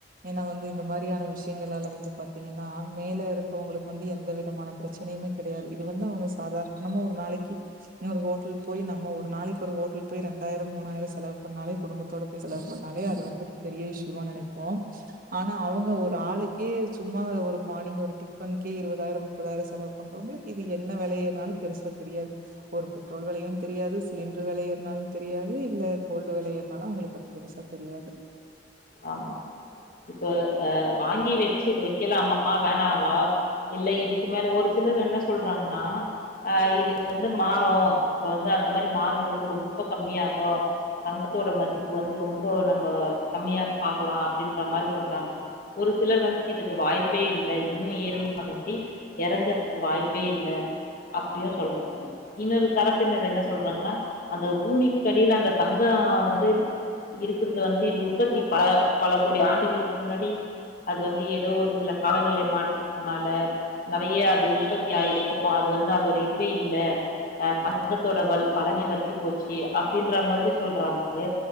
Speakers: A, on the right; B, on the left.
A: ஏன்னா வந்து இந்த மாரியான விஷ்யங்களால வந்து பாத்தீங்கன்னா மேல இருக்கவ்ங்களுக்கு வந்து எந்த விதமான பிரச்சனையுமே கெடையாது இது வந்து அவ்ங்க சாதார்ணமா ஒரு நாளைக்கி இன்ன ஒரு ஹோட்டல் போய் நம்ம ஒரு நாளைக் ஒரு ஹோட்டல் போய் ரெண்டாயர மூணாயர செலவ் பொண்ணாலே குடும்பத்தோட போய் செலவு பண்ணனாலே அது வந்துட்டு பெரிய இஷ்ஷுவா நெனைப்போ ஆனா அவங்க ஒரு ஆளுக்கே சும்மா ஒரு மார்னிங் ஒரு டிஃபன்கே இருவதாயர முப்பதாயர செலவ் பண்றவங்களுக்கு இது என்ன வெலை ஏறுனாலு பெருசா தெரியாது ஒரு பெட்ரோல் வெலையு தெரியாது சிலிண்டர் வெலை ஏறுனாலு தெரியாது இல்ல கோல்டு வெலை ஏறுனாலு அவுங்களுக்கு அது பெருசா தெரியாது
B: ஆமா இப்ப அ வாங்கி வச்சு வைக்கலாமா வேணாவா இல்ல இதுக்கு மேல ஒரு சிலர் என்ன சொல்றாங்கன்னா அ இது வந்து மாறு இப்ப வந்து அந்த மாரி மாறம்பொழுது ரொம் ப கம்மியாகு தங்கத்தோட மதிப்பு வந்து ரொம்போ நம்ம கம்மியா ஆகலா அப்டின்ற மாரி சொல்றாங்க ஒரு சிலர் வந்து இதுக்கு வாய்ப்பே இல்ல இன்னு ஈரமாகண்டி எறங்கறதுக்கு வாய்ப்பே இல்ல அப்டியு சொல்றாங்க இன்னோரு தரப்பினர் என்ன சொல்றாங்கன்னா அந்த பூமி கடில அந்த தங்க வந்து இருக்கறது வந்து இது உற்பத்தி ப பல கோடி ஆண்டுகளுக்கு முன்னாடி அது வந்து ஏதோ ஒரு சில காலநிலை மாற்றத்துனால நெறையா அது உற்பத்தி ஆயிருக்கு அது வந்து அதோட இதுவே இல்ல அ தங்கத்தோட வள் வளமே வத்தி போச்சி அப்டின்ற மாதிரி சொல்றாய்ங்க